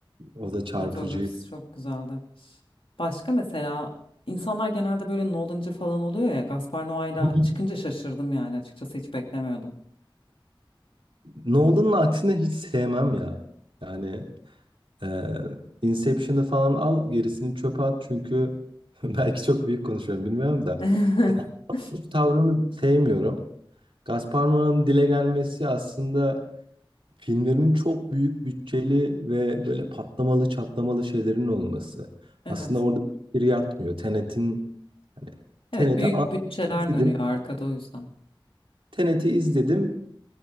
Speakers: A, on the right; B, on the left.
A: o da çarpıcı.
B: Sinematografisi çok güzeldi. Başka mesela insanlar genelde böyle Nolan'cı falan oluyor ya. Gaspar Noé'la
A: <laughs>
B: çıkınca şaşırdım yani açıkçası hiç beklemiyordum.
A: Nolan'ın aksine hiç sevmem ya. Yani e, Inception'ı falan al gerisini çöpe at çünkü <laughs> belki çok büyük konuşuyorum bilmiyorum da.
B: <laughs>
A: Gaspar Noé'nin tavrını sevmiyorum. Gaspar Noé'nin dile gelmesi aslında filmlerin çok büyük bütçeli ve böyle patlamalı çatlamalı şeylerin olması.
B: Evet.
A: Aslında orada bir yatmıyor. Tenet'in hani
B: Evet
A: Tenet'i
B: büyük
A: an-
B: bütçeler
A: izledim.
B: dönüyor arkada o yüzden.
A: Tenet'i izledim.